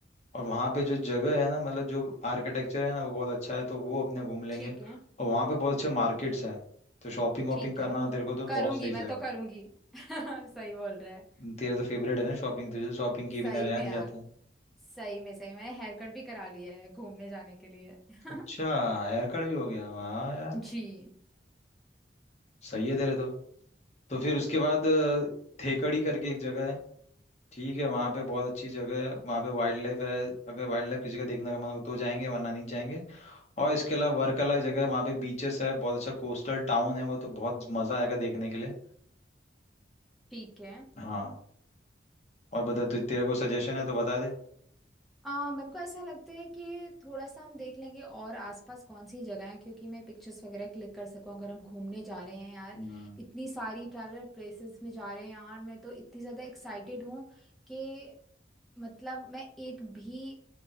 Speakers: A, on the left; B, in the centre.
A: और वहाँ पे जो जगह है ना मतलब जो आर्किटेक्चर है ना वो बहुत अच्छा है तो वो अपने घूम लेंगे
B: ठीक है
A: और वहाँ पे बहुत अच्छे मार्केट्स हैं तो शॉपिंग वॉपिंग
B: ठीक
A: करना
B: है
A: हो तेरे को तो बहुत
B: करूंगी
A: सही
B: मैं
A: जाएगा
B: तो करूंगी <laughs> सही बोल रहा है
A: तेरा तो फेवरेट है ना शॉपिंग तुझे तो शॉपिंग किए
B: सही
A: बिना रहा
B: में
A: नहीं
B: यार
A: जाता
B: सही में सही में मैंने हेयर कट भी करा लिया है घूमने जाने के लिए <laughs>
A: अच्छा हेयर कट भी हो गया वाह यार
B: जी
A: सही है तेरे तो तो फिर उसके बाद अ, थेकड़ी करके एक जगह है ठीक है वहाँ पे बहुत अच्छी जगह है वहाँ पे वाइल्ड लाइफ है अगर वाइल्ड लाइफ किसी का देखने का मन हो तो जाएंगे वरना नहीं जाएंगे और इसके अलावा वर्कला जगह है वहाँ पे बीचेस है बहुत अच्छा कोस्टल टाउन है वो तो बहुत मज़ा आएगा देखने के लिए
B: ठीक है
A: हाँ और बता तु तेरे को सजेशन है तो बता दे
B: आ, मेरे को ऐसा लगता है कि थोड़ा सा हम देख लेंगे और आसपास कौन सी जगह है क्योंकि मैं पिक्चर्स वगैरह क्लिक कर सकूं अगर हम घूमने जा रहे हैं यार
A: हम्म
B: इतनी सारी ट्रैवलर प्लेसेस में जा रहे हैं यार मैं तो इतनी ज़्यादा एक्साइटेड हूँ कि मतलब मैं एक भी